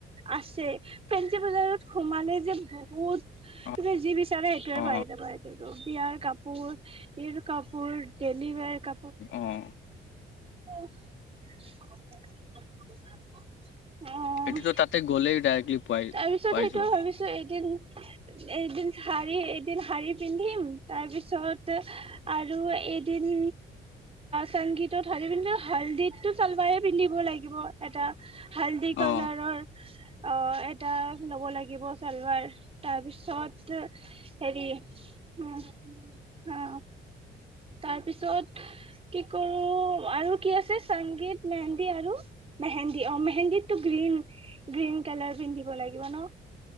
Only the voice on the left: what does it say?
অ
অ
অ'।
এইটোতো তাতে গ'লেই ডাইৰেক্টলি পাই
পাই
যোৱা
অ